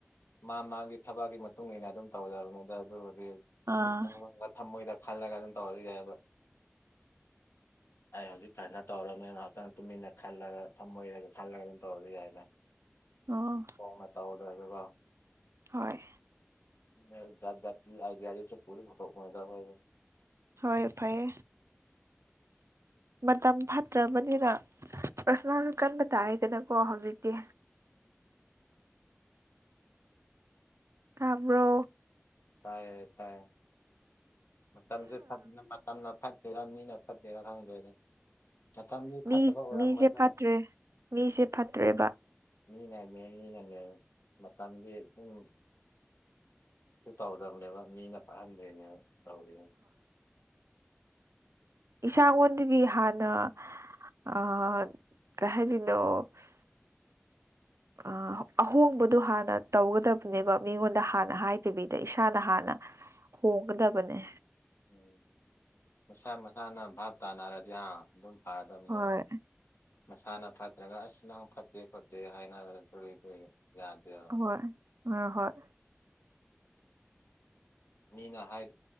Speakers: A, on the left; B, on the right.
A: ꯃꯥ-ꯃꯥꯒꯤ ꯊꯕꯛꯀꯤ ꯃꯇꯨꯡ ꯏꯟꯅ ꯑꯗꯨꯝ ꯇꯧꯖꯕꯅꯤꯗ ꯑꯗꯨꯕꯨꯗꯤ
B: ꯑꯥ
A: ꯃꯤꯠ ꯄꯥꯡꯉꯒ ꯊꯝꯃꯣꯏꯗ ꯈꯜꯂꯒ ꯑꯗꯨꯝ ꯇꯧꯔꯖꯨ ꯌꯥꯏꯕ꯫ ꯑꯩ ꯍꯧꯖꯤꯛ ꯐꯖꯅ ꯇꯧꯔꯕꯅꯤ ꯉꯍꯥꯛꯇꯪ ꯇꯨꯃꯤꯟꯅ ꯈꯜꯂꯒ ꯊꯝꯃꯣꯏꯗꯒ ꯈꯜꯂꯒ ꯑꯗꯨꯝ ꯇꯧꯔꯖꯨ ꯌꯥꯏꯗꯥ꯫
B: ꯑꯣ
A: ꯐꯣꯡꯅ ꯇꯧꯗ꯭ꯔꯖꯨꯀꯣ
B: ꯍꯣꯏ
A: ꯃꯦꯜ ꯖꯥꯠ-ꯖꯥꯠꯀꯤ ꯑꯥꯏꯗꯤꯌꯥꯗꯤ ꯆꯨꯝ ꯄꯨꯜꯂꯤꯡ ꯑꯆꯧꯕꯅꯤꯗꯥ ꯑꯈꯣꯏꯖꯦ
B: ꯍꯣꯏ ꯐꯩꯌꯦ ꯃꯇꯝ ꯐꯠꯇ꯭ꯔꯕꯅꯤꯅ ꯄ꯭ꯔꯁꯣꯅꯥꯖꯨ ꯀꯟꯕ ꯇꯥꯔꯗꯅꯀꯣ ꯍꯧꯖꯤꯛꯇꯤ꯫ ꯇꯥꯕ꯭ꯔꯣ
A: ꯇꯥꯏꯌꯦ-ꯇꯥꯏꯌꯦ ꯃꯇꯝꯖꯦ ꯐ-ꯃꯇꯝꯅ ꯐꯠꯇ꯭ꯔꯤꯔꯥ ꯃꯤꯅ ꯐꯠꯇ꯭ꯔꯤꯔꯥ ꯈꯪꯗ꯭ꯔꯦꯗꯥ꯫ ꯃꯇꯝꯗꯤ ꯐꯠꯇꯕ
B: ꯃꯤ
A: ꯑꯣꯏꯔꯝꯃꯣꯏꯗꯥ꯫
B: ꯃꯤꯁꯦ ꯐꯠꯇ꯭ꯔꯦ ꯃꯤꯁꯦ ꯐꯠꯇ꯭ꯔꯦꯕ
A: ꯃꯤꯅꯅꯦ-ꯃꯤꯅꯅꯦꯕ ꯃꯇꯝꯗꯤ ꯁꯨꯝ ꯁꯨ ꯇꯧꯗꯕꯅꯦꯕ ꯃꯤꯅ ꯐꯠꯍꯟꯗ꯭ꯔꯤꯅꯦꯕ ꯇꯧꯔꯤꯅꯦ꯫
B: ꯏꯁꯥꯑꯣꯟꯗꯒꯤ ꯍꯥꯟꯅ ꯑ-ꯀꯩꯍꯥꯏꯗꯣꯏꯅꯣ ꯑꯁ ꯑ-ꯑꯍꯣꯡꯕꯗꯣ ꯍꯥꯟꯅ ꯇꯧꯒꯗꯕꯅꯦꯕ ꯃꯤꯉꯣꯟꯗ ꯍꯥꯟꯅ ꯍꯥꯏꯗꯕꯤꯗ ꯏꯁꯥꯗ ꯍꯥꯟꯅ
A: <inaudible>
B: ꯍꯣꯡꯒꯗꯕꯅꯦ꯫
A: ꯎꯝ ꯃꯁꯥ-ꯃꯁꯥꯅ ꯚꯥꯞ ꯇꯥꯅꯔꯗꯤ ꯍꯥ-ꯑꯗꯨꯝ ꯐꯔꯗꯕꯅꯦꯕ꯫
B: ꯍꯣꯏ
A: ꯃꯁꯥꯅ ꯐꯠꯇ꯭ꯔꯒ ꯑꯁ ꯅꯪ ꯐꯠꯇꯦ-ꯈꯣꯠꯇꯦ ꯍꯥꯏꯅꯔꯒ ꯂꯩꯕ ꯌꯥꯗꯦꯕ꯫
B: ꯍꯣꯏ ꯑ ꯍꯣꯏ
A: ꯃꯤꯅ ꯍꯥꯏ